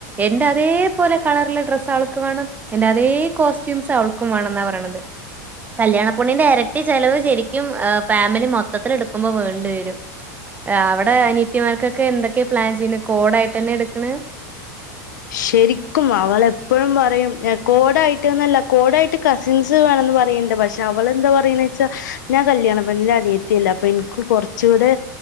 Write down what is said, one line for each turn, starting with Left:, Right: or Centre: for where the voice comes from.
Right: എന്റെ അതേപലെ കളറില ഡ്രസ്സ് അവൾക്ക് വേണം എന്റെ അതേ കോസ്റ്റ്യൂംസ് അവൾക്കും വേണം എന്നാ പറയണത് കല്യാണപ്പൊണ്ണിന്റെ ഇരട്ടി ചെലവ് ശരിക്കും ഏ ഫാമിലി മൊത്തത്തിൽ എടുക്കുമ്പോൾ വേണ്ടി വരും. അവിടെ അനിയത്തിമാർക്കൊക്കെ ക്കെ എന്തൊക്കെയ പ്ലാൻ ചെയ്യണ് കോഡായിട്ട് തന്നെ എടുക്കണ്
Left: ശരിക്കും അവള എപ്പോഴും പറയും കോടായിട്ട്ന്നല്ല കോടായിട്ട് കസിൻസ് വേണന്ന് പറയണ്ണ്ട് പക്ഷെ അവളെന്താ പറയണ വെച്ചാ ഞാൻ കല്യാണപ്പെണ്ണിന്റെ അനിയത്തിയല്ലേ അപ്പൊ എനിക്ക് കുറച്ചുകൂടെ